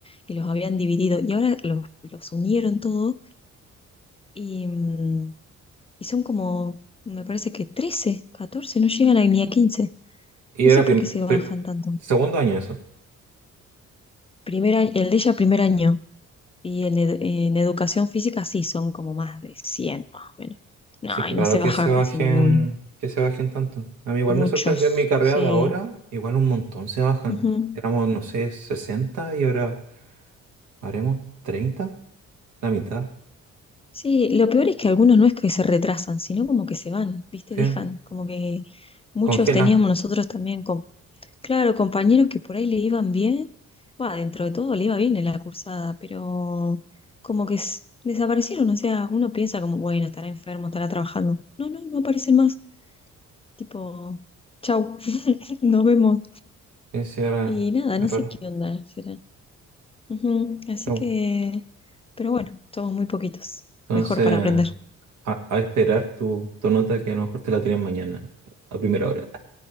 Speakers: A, on the left; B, on the right.
A: y los habían dividido. Y ahora los, los unieron todos y, mm, y son como, me parece que 13 14 no llegan a, ni a quince
B: Y
A: No
B: era
A: sé por
B: prim-
A: qué se bajan
B: pri-
A: tanto.
B: segundo año eso.
A: Primer, a- el de ella primer año, Y en, edu- en educación física sí, son como más de 100 más o menos. No,
B: Así que
A: y no
B: raro
A: se baja
B: que se bajen,
A: casi ninguno.
B: que se bajen tanto. A mí igual
A: Muchos,
B: me sorprendió en mi carrera
A: sí.
B: de ahora, igual un montón se bajan.
A: Ujú.
B: Éramos, no sé, 60 y ahora haremos 30, la mitad.
A: Sí, lo peor es que algunos no es que se retrasan, sino como que se van, ¿viste?
B: Sí,
A: Dejan, como que muchos
B: congelan.
A: teníamos nosotros también, con, claro, compañeros que por ahí le iban bien, va, dentro de todo le iba bien en la cursada, pero como que s- desaparecieron, o sea, uno piensa como, bueno, estará enfermo, estará trabajando. No, no, no aparecen más. Tipo, chau, <laughs> nos vemos.
B: Sí, sí, ahora
A: Y nada,
B: es
A: no
B: raro.
A: sé qué onda será. Ujú, Así
B: Pero
A: que,
B: bueno.
A: pero bueno, somos muy poquitos.
B: Entonces.
A: Mejor para aprender.
B: a, a esperar tu, tu nota que a lo mejor te la tienen mañana, a primera hora.